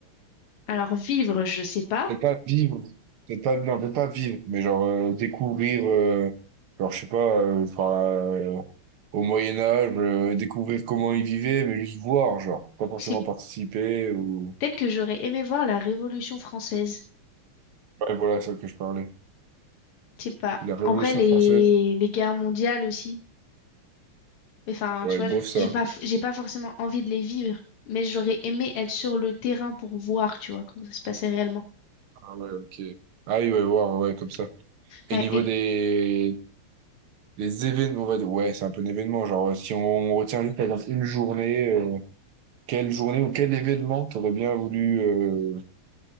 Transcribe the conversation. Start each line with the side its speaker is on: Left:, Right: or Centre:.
Left: Alors, vivre, je sais pas.
Right: Peut-être pas vivre, peut-être pas, non, peut-être pas vivre, mais genre euh, découvrir, euh, genre je sais pas, euh, enfin, euh, au Moyen Âge, euh, découvrir comment ils vivaient, mais juste voir, genre, pas forcément
Left: C'est
Right: participer ou.
Left: peut-être que j'aurais aimé voir la Révolution française.
Right: Ouais, voilà, c'est ça que je parlais.
Left: Je sais pas.
Right: La Révolution
Left: En vrai, les,
Right: française,
Left: les guerres mondiales aussi. Enfin,
Right: ouais,
Left: tu vois,
Right: bof
Left: je-
Right: ça.
Left: j'ai pas, f- j'ai pas forcément envie de les vivre, mais j'aurais aimé être sur le terrain pour voir, tu vois, comment ça se passait réellement.
Right: Ah ouais, ok. Ah oui, ouais, voir, ouais, comme ça. Et
Left: Ouais,
Right: niveau
Left: et
Right: des des événements, on va dire, ouais, c'est un peu un événement, genre euh, si on, retient juste par exemple, une journée, euh, quelle journée ou quel événement t'aurais bien voulu euh,